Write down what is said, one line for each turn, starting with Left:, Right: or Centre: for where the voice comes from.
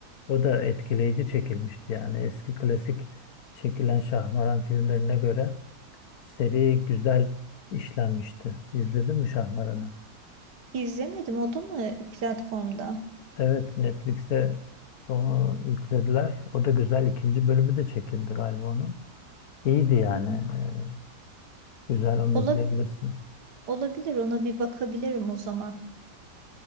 Left: O da etkileyici çekilmişti yani. Eski klasik çekilen Şahmaran filmlerine göre seri güzel işlenmişti. İzledin mi Şahmaran'ı?
Right: İzlemedim o da mı platformda?
Left: Evet Netflix'te onu yüklediler. O da güzel. ikinci bölümü de çekildi galiba onun. İyiydi yani.
Right: Hmm.
Left: Ee, Güzel onu
Right: Ola,
Left: izleyebilirsin.
Right: olabilir ona bir bakabilirim o zaman.